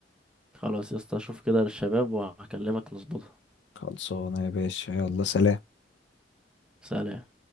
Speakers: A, in the centre; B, on the left (about 75°).
A: خلاص يا اسطى أشوف كده للشباب وهكلمك نظبطها
B: خلصانه يا باشا يلا سلام
A: سلام